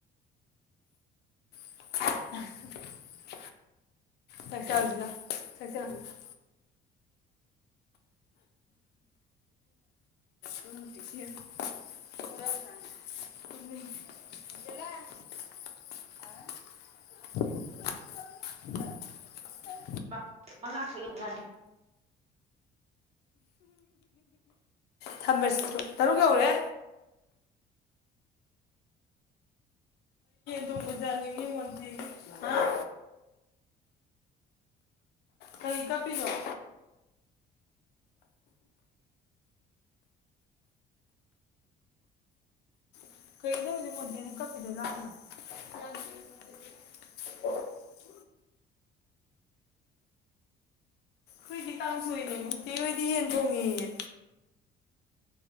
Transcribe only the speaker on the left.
<unintelligible> ꯆꯥꯛꯆꯥꯎꯖꯤ ꯂꯥꯎ ꯆꯥꯛꯆꯥꯎꯖꯤ ꯂꯥꯎ ꯅꯨꯡꯁꯤ <unintelligible> <unintelligible>
ꯊꯝꯃꯁꯤꯗꯣ ꯇꯔꯨꯛ ꯌꯧꯔꯦ ꯆꯨꯝꯃꯤꯖꯅꯤꯡꯉ ꯃ ꯊ ꯀꯩ ꯀꯞꯄꯤꯅ‌ꯣ <unintelligible> ꯈꯣꯏꯗꯤ ꯀꯥꯡꯥꯎꯁꯣꯏꯅꯦ ꯃꯨꯇꯤ ꯑꯣꯏꯗꯤ ꯌꯦꯟ ꯊꯣꯡꯉꯤꯌꯦ